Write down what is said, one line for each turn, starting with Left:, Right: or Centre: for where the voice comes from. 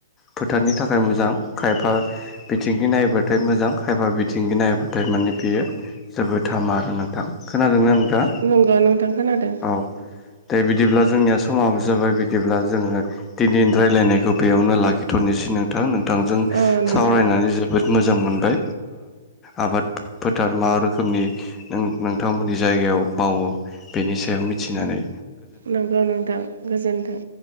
Left: फोथारनि थाखाय मोजां खायफा बिथिंगि नायोबाथाय मोजां खायफा बिथिंगि नायोब्लाथाय माने बेयो जोबोद थामा आरो नोंथां खोनादोंनो थांआ
Right: नंगौ नोंथां खोनादों
Left: औ दे बिदिब्ला जोंनिया समाबो जाबाय बिदिब्ला जोङो दिनिनि राय्लायनायखौ बेयावनो लाखिथ'नोसै नोंथां नों बिथांजों
Right: औ नोंथां
Left: सावरायनानै जोबोद मोजां मोजां मोनबाय आबाद फोथार मा रोखोमनि नोंथांमोननि जायगायाव मावो बेनि सायाव मिथिनानै
Right: नंगौ नोंथां गोजोन्थों।